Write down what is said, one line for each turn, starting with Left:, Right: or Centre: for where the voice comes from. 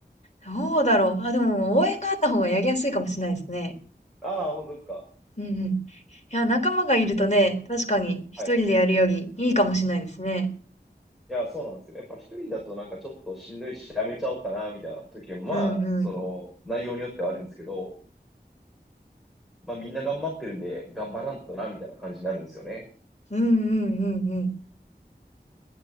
Left: どうだろう。あ、でも応援があった方がやりやすいかもしれないですね。
Centre: <laughs> ああ、本当ですか。
Left: うんうん。いや、仲間がいるとね、
Centre: じゃ、
Left: 確かに一人でやるよりいいかもしれないですね。
Centre: はい。いや、そうなんですよね。やっぱ一人だとなんかちょっとしんどいし、やめちゃおうかな、みたいな時も、まあ、
Left: うんうん。
Centre: その、内容によってはあるんですけど、まあみんな頑張ってるんで、頑張らんとな、みたいな感じになるんですよね。
Left: うんうんうんうん。